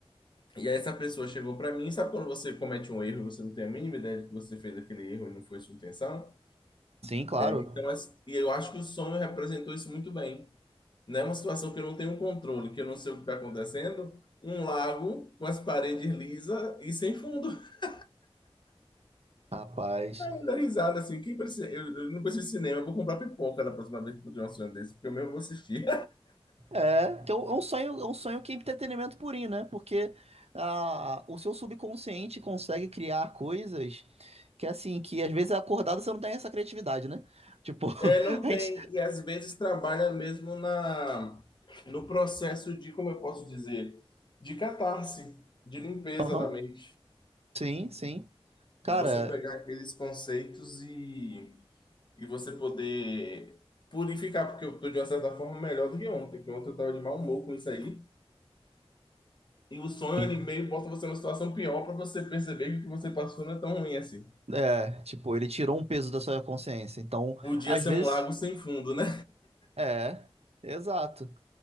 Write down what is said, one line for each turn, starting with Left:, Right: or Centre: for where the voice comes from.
Left: E aí essa pessoa chegou para mim, sabe quando você comete um erro e você não tem a mínima ideia de que você fez aquele erro e não foi sua intenção?
Right: Sim, claro.
Left: Então, as- e eu acho que o sonho representou isso muito bem. né uma situação que eu não tenho um controle, que eu não sei o que está acontecendo, um lago com as paredes lisas e sem fundo. <laughs>
Right: Rapaz.
Left: Eu dou risada assim, que precisa, eu, eu não preciso de cinema, eu vou comprar pipoca na próxima vez que eu tiver um sonho desse, porque eu mesmo vou assistir.
Right: É, que é um é um sonho, é um sonho que é entretenimento purinho, né? Porque ah, o seu subconsciente consegue criar coisas que, assim, que às vezes acordado você não tem essa criatividade, né? Tipo, <laughs>
Left: É, não
Right: a
Left: tem,
Right: gente.
Left: e às vezes trabalha mesmo na no processo de, como eu posso dizer, de catarse, de limpeza
Right: Aham.
Left: da mente,
Right: Sim, sim. Cara,
Left: de você pegar aqueles conceitos e, e você poder purificar, porque eu estou de uma certa forma melhor do que ontem, porque ontem eu estava de mau humor com isso aí, e o sonho
Right: en-
Left: ele meio bota você numa situação pior para você perceber que o que você passou não é tão ruim assim.
Right: é, tipo, ele tirou um peso da sua consciência. Então,
Left: Podia
Right: às
Left: ser
Right: vezes.
Left: um lago sem fundo, né?
Right: É, exato.